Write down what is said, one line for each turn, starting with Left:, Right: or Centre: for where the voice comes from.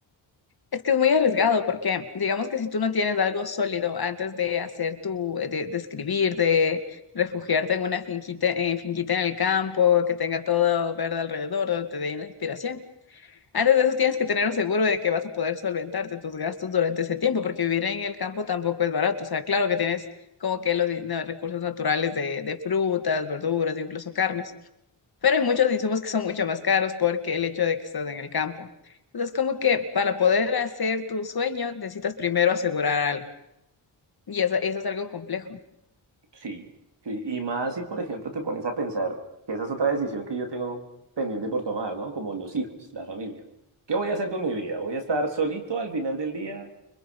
Left: Es que es muy arriesgado porque digamos que si tú no tienes algo sólido antes de hacer tu, de, de escribir, de refugiarte en una finquita, eh, finquita en el campo, que tenga todo verde alrededor, donde te dé la inspiración Antes de eso tienes que tener un seguro de que vas a poder solventarte tus gastos durante ese tiempo, porque vivir en el campo tampoco es barato. O sea, claro que tienes como que los in- no, recursos naturales de, de frutas, verduras, incluso carnes, pero hay muchos insumos que son mucho más caros porque el hecho de que estás en el campo. Entonces, como que para poder hacer tu sueño necesitas primero asegurar algo, y eso, eso es algo complejo.
Right: Sí, sí, y más si, por ejemplo, te pones a pensar que esa es otra decisión que yo tengo pendiente por tomar, ¿no? Como los hijos, la familia. ¿Qué voy a hacer con mi vida? ¿Voy a estar solito al final del día?